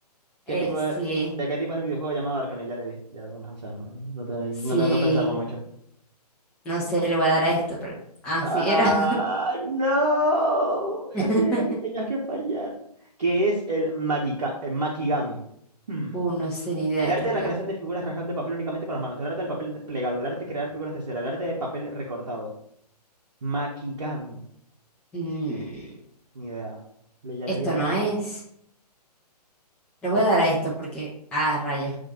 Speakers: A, on the right; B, in the centre.
A: ¿Qué
B: Eh,
A: tipo
B: sí,
A: de, de qué tipo es el videojuego llamado Arcane? Ya le di. Ya, no, o sea, no, no tengo, ni-
B: sí.
A: no tengo que pensarlo mucho.
B: No sé, le voy a dar a esto, pero. Ah,
A: Ah,
B: sí, era.
A: no.
B: <laughs>
A: Aquí era que tenías que fallar. ¿Qué es el, magika- el Makigami? Hmm.
B: Uh, no sé ni idea
A: El
B: en
A: arte
B: realidad.
A: de la creación de figuras rasgando el papel únicamente con las manos. El arte del papel plegado. El arte de crear figuras de cera. El arte de papel recortado. Makigami.
B: Mm,
A: Ni idea. Le, ya
B: esto
A: le di a uno,
B: no es.
A: pero.
B: Le
A: hmm.
B: voy a dar a esto porque. Ah, rayos.